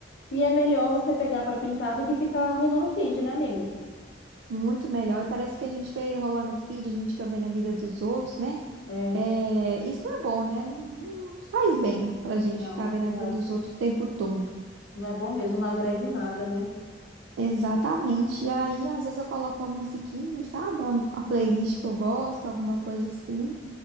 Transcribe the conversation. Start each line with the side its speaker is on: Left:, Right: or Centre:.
Left: E é melhor você pegar para pintar do que ficar rolando feed, né, amiga?
Right: Muito melhor. E parece que a gente vê rolar no feed, a gente fica vendo a vida dos outros, né?
Left: É,
Right: É, isso não é bom, né? Não, não faz bem pra gente
Left: não,
Right: ficar vendo
Left: não
Right: a vida
Left: é,
Right: dos outros o tempo todo.
Left: não é bom mesmo, não agrega em nada, né?
Right: Exatamente. E aí, às vezes, eu coloco uma musiquinha, sabe? Uma, uma playlist que eu gosto, alguma coisa assim,